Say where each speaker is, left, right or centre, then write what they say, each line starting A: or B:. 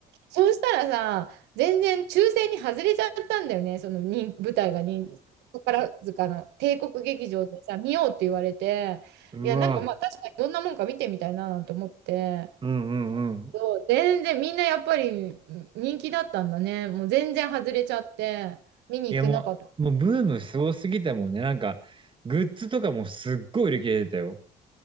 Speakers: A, on the right (about 85°); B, on the right (about 30°).
A: そうしたらさ、全然抽選に外れちゃったんだよね、その人舞台が人宝塚の帝国劇場でさ、見ようって言われて。
B: うわ。
A: いや、なんかまあ確かにどんなもんか見てみたいななんて思って、
B: うんうんうん。
A: そう全然みんなやっぱりうん人気だったんだね。もう全然外れちゃって、見に行けなかった。
B: いや、もう、もうブームすごすぎたもんね。なんか、グッズとかもすっごい売り切れてたよ。